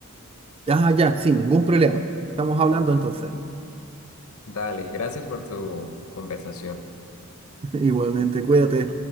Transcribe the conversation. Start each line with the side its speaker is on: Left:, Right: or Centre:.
Right: Ah, ya, sin ningún problema. Estamos hablando entonces.
Left: Dale, gracias por tu conversación.
Right: <laughs> Igualmente, cuídate.